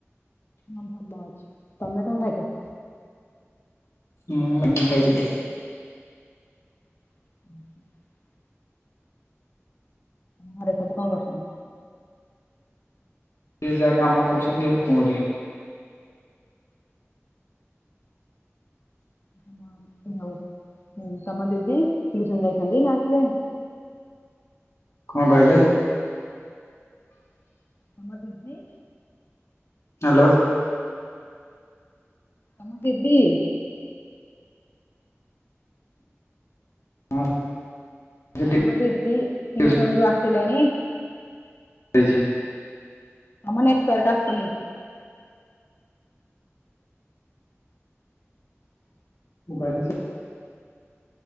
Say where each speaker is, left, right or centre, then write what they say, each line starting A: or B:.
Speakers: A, on the left (about 50°); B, on the left (about 75°).
A: ହଁ ଭଲ ଅଛି ତମେ କଣ ଖାଇଛ?
B: ମୁଁ ମାଗି ଖାଇଥିଲି।
A: <inaudible> ଘରେ ସବୁ କଣ କରୁଛନ୍ତି?
B: ଯିଏ ଯାହା କାମ କରୁଛନ୍ତି ଆଉ କଣ କରିବେ।
A: ହଁ ହଉ ହୁଁ ତମ ଦିଦି ଟିଉସନ ଯାଇଛନ୍ତି ନା ଆସିଲେଣି?
B: କଣ କହିଲେ?
A: ତମ ଦିଦି?
B: ହ୍ୟାଲୋ।
A: ତମ ଦିଦି?
B: ହଁ, ସେ
A: ଆମ ଦିଦି ଟିଉସନ
B: ଟିଉସନ୍
A: ରୁ ଆସିଲେଣି?
B: ଆ
A: ଆମ ନେଟୁଆର୍କ ଆସୁନି।
B: ମୁଁ କହିଲି ସେ